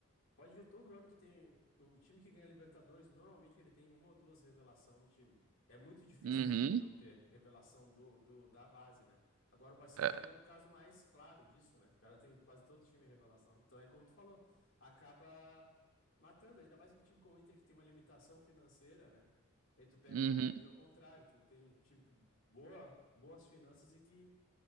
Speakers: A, on the left; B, on the right.
A: Pode ver todo ano que tem. O time que ganha Libertadores, normalmente ele tem uma ou duas revelação no time. É muito difícil
B: Uhum,
A: um time não ter revelação do, do- da base, né? Agora o Barcelona
B: É,
A: é o caso mais claro disso, né? O cara tem quase todo time revelação. Então é como tu falou, acaba matando, ainda mais um time como o Inter que tem uma limitação financeira, né? E aí tu pega
B: uhum.
A: o Palmeiras ao contrário, tu tem um time que boa, boas finanças e que